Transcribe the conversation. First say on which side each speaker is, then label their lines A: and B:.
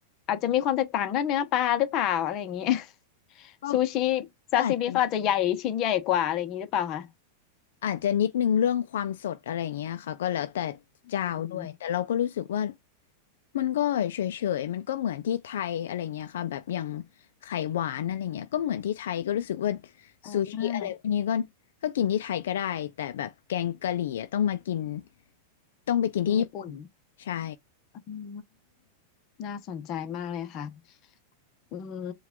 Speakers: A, on the left (about 40°); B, on the left (about 80°).
A: อาจจะมีความแตกต่างด้านเนื้อปลาหรือเปล่าอะไรอย่างเงี้ย
B: ก็
A: <laughs> ซูชิซาซิมิเขาอาจจะใหญ่ชิ้นใหญ่กว่าอะไรอย่างงี้หรือเปล่าคะ
B: ก็อาจจะ อาจจะนิดนึงเรื่องความสดอะไรอย่างเงี้ยค่ะก็แล้วแต่เจ้าด้วยแต่เราก็รู้สึกว่า
A: อืม
B: มันก็เฉยๆมันก็เหมือนที่ไทยอะไรเงี้ยค่ะแบบอย่างไข่หวานอะไรเงี้ยก็เหมือนที่ไทยก็รู้สึกว่า
A: อ่า
B: ซูชิอะไรพวกนี้ก็ก็กินที่ไทยก็ได้แต่แบบแกงกะหรี่อะต้องมากินต้องไปกินที่ญี่ปุ่น
A: ที่ญี่ปุ่น
B: ใช่
A: อ่าน่าสนใจมากเลยค่ะอืม